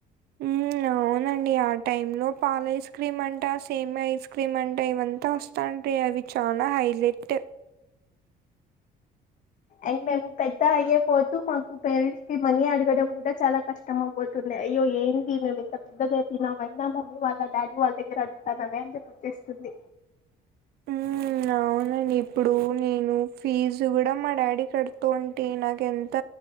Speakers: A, on the right; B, on the left.
A: ఉమ్ <inaudible> అవునండి ఆ టైమ్ లో పాలైస్క్రీమ్ అంటా సేమ్ ఐస్ క్రీమ్ అంటా ఇవంతా అంటే అవి చానా హైలైట్
B: అండ్ మేము పెద్ద అయ్య పోతూ మాకు పేరెంట్స్ కి మనీ అడగడం కూడా చాలా కష్ ష్టమపోతుందె అయ్యో ఏంది మేము ఇంత పెద్దగయ్ తినమ్ అయినా మమ్మీ వాళ్ళ డాడీ వాళ్ళ దగ్గర అడుగుతానామే అని చెప్పి ఇస్తుంది
A: హ్మ్. అవునండి ఇప్పుడు నేను ఫీజు కూడా మా డాడీ కడుతూ ఉంటే నాకు ఎం ఎంత